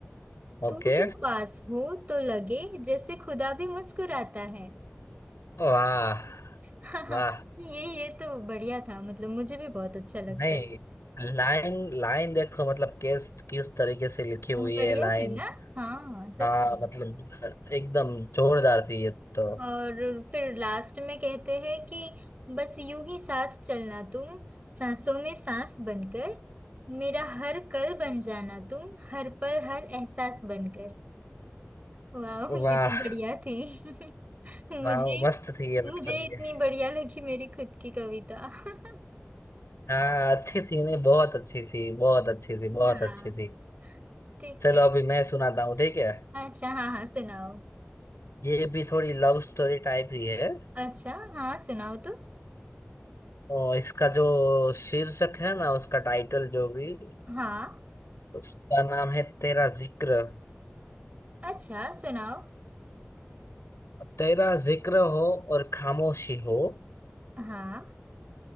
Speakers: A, on the left; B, on the right.
A: ओके
B: तू जो पास हो तो लगे जैसे खुदा भी मुस्कुराता है
A: वाह
B: हाँ हाँ
A: वाह
B: ये ये तो बढ़िया था मतलब मुझे भी बहुत अच्छा लगता
A: नहीं
B: है
A: लाइन लाइन देखो मतलब किस किस तरीके से लिखी हुई
B: बढ़िया
A: है लाइन
B: थी ना हाँ सच
A: हाँ
B: में
A: मतलब एकदम जोरदार थी ये तो
B: और फिर लास्ट में कहते हैं कि बस यूं ही साथ चलना तुम सांसों में सांस बनकर मेरा हर पल बन जाना तुम हर पल हर एहसास बनकर वाह
A: वाह
B: ये तो बढ़िया थी <laughs> मुझे
A: वाह मस्त थी ये
B: मुझे
A: मतलब
B: इतनी
A: ये
B: बढ़िया लगी मेरी खुद की कविता <laughs>
A: हाँ अच्छी थी नहीं बहुत अच्छी थी बहुत अच्छी थी बहुत
B: हाँ
A: अच्छी थी
B: ठीक
A: चलो
B: है
A: अभी मैं सुनाता हूँ ठीक है
B: अच्छा हाँ हाँ सुनाओ
A: ये भी थोड़ी लव स्टोरी टाइप ही है
B: अच्छा हाँ सुनाओ तो
A: और इसका जो शीर्षक है ना उसका टाइटल जो भी
B: हाँ
A: उसका नाम है तेरा जिक्र
B: अच्छा सुनाओ
A: तेरा जिक्र हो और खामोशी हो
B: हाँ